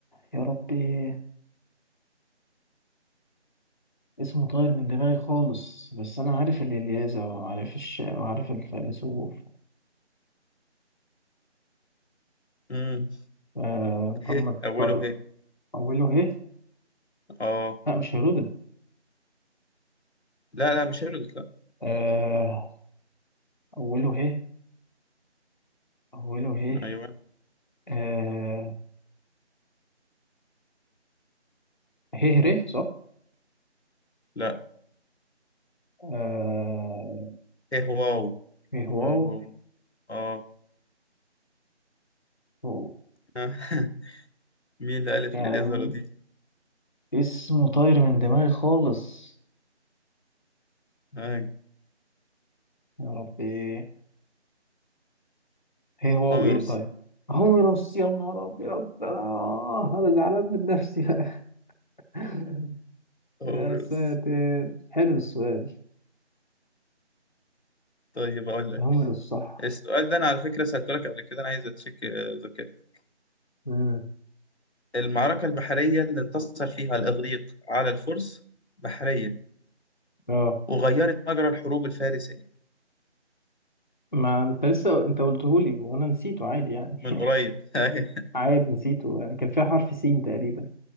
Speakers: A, on the left; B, on the left.
A: يا ربي اسمه طاير من دماغي خالص بس أنا عارف الإلياذة وعارف الش... وعارف الفيلسوف
B: مم.
A: آه،
B: هي
A: طب ما تختار
B: أوله هي
A: أوله ه
B: اه
A: لا مش هيرودد
B: لا لا مش هيرودوت
A: آه، أوله ه أوله ه
B: لا أيوان
A: آه، ه ر صح
B: لا
A: آه،
B: ايه واو
A: ه واو
B: و- و- اه
A: أوه،
B: <laughs> مين اللي ألف
A: يا
B: لليزرة
A: لهوي
B: دي؟
A: اسمه طاير من دماغي خالص
B: آه،
A: يا ربي هي هو
B: هوميروس
A: وايه طيب هوميروس يا نهار ابيض انا انا زعلان من نفسي بقى <laughs>
B: هوميروس
A: يا ساتر حلو السؤال
B: طيب أقول لك
A: هوميروس صح
B: السؤال ده أنا على فكرة سألته لك قبل كده أنا عايز أتشيك آه، ذاكرتك
A: امم
B: المعركة البحرية اللي انتصر فيها الإغريق على الفرس بحرية
A: اه
B: وغيرت مجرى الحروب الفارسية
A: ما انت لسه انت قلته لي وانا نسيته عادي يعني
B: من
A: <laughs>
B: قريب <laughs> أيوة،
A: عادي نسيته يعني كان فيها حرف سين تقريبا